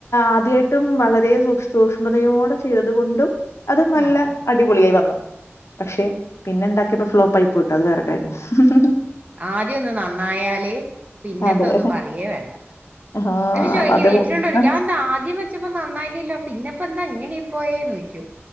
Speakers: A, on the left (about 75°); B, on the right (about 35°).
A: ആദ്യായിട്ടും വളരെ സൂക്ഷ് സൂക്ഷ്മതയോടെ ചെയ്തത് കൊണ്ടും അത് നല്ല
B: ആ
A: അടിപൊളിയായി വന്നു. പക്ഷെ പിന്നെ ഇണ്ടാക്കിയപ്പോ ഫ്ലോപ്പായി പോയിട്ടൊ അത് വേറെക്കാര്യം ഹ് ഹ്
B: ആദ്യയൊന്ന് നന്നായാല് പിന്നത്തൊന്നും
A: അതെ
B: പറയേ വേണ്ട
A: ആ
B: എന്ന്ട്ട് ചോയിക്കിം
A: അത്
B: വീട്ടില്ള്ളോരക്കെ അയെന്താ ആദ്യം വെ ച്ചപ്പോ നന്നായിനല്ലോ പിന്നെ ഇപ്പെന്താ ഇങ്ങനെയി പോയേന്നോയിക്ക്യും